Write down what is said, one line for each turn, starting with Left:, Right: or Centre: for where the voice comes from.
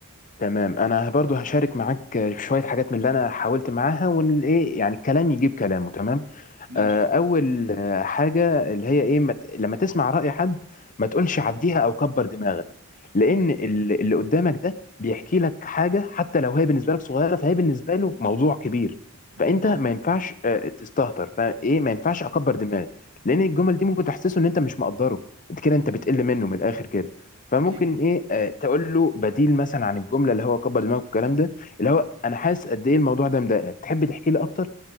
Left: تمام انا برضو هشارك معاك آه، شوية حاجات من اللي انا حاولت معاها وان ايه يعني الكلام يجيب كلامه تمام
Right: ماشي
Left: آه، اول آه، حاجه اللي هي ايه مت... لما تسمع راي حد ما تقولش عديها او كبر دماغك لان
Right: اكيد
Left: ال- اللي قدامك ده بيحكي لك حاجه حتى لو هي بالنسبه لك صغيره فهي بالنسبه له موضوع كبير
Right: أكيد
Left: فانت
Right: طبعا
Left: ما ينفعش آه، تستهتر فايه ما ينفعش اكبر دماغي لان الجمل دي ممكن تحسسه ان انت مش مقدره انت كده انت بتقل منه من الاخر كده فممكن
Right: اكيد
Left: ايه آه، تقول له بديل مثلا عن الجمله اللي هو كبر دماغك والكلام ده اللي هو انا حاسس قد ايه الموضوع ده مضايقك تحب تحكي لي اكتر